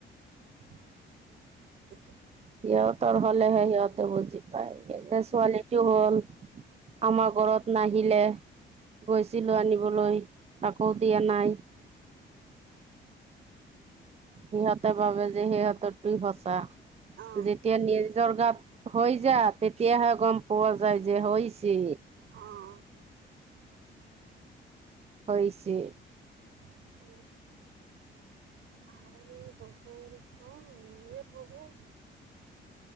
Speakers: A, on the right (about 75°); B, on the right (about 30°).
A: <inaudible>
B: সিহতৰ
A: মই
B: হ'লেহে সিহতে বুজি ছোৱালীটোও হ'ল, আমাৰ ঘৰত নাই। আহিলে, গৈছিলো আনিবলৈ। তাকো দিয়া নাই। সিহঁতে ভাবে যে সিহঁতৰ তুই সঁচা,
A: অঁ
B: যেতিয়া নিজৰ গাত হৈ যা তেতিয়াহে গম পোৱা যায় যে হৈ হৈছে।
A: অ'।
B: হৈছে।
A: <inaudible> আহৰি হবৰক নিজৰ হবোৰ